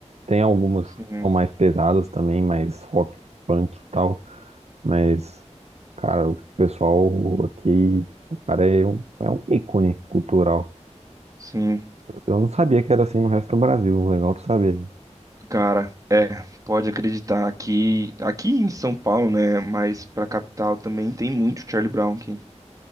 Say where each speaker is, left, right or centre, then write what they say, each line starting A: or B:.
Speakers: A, on the right (about 65°); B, on the right (about 30°).
A: Tem algumas
B: Sim,
A: que são mais pesadas também, mais rock, punk e tal, mas, cara, o pessoal aqui, o cara é um, é um ícone cultural.
B: sim.
A: Eu não sabia que era assim no resto do Brasil, legal tu saber.
B: Cara, é, pode acreditar que aqui em São Paulo, né, mas pra capital também tem muito Charlie Brown aqui,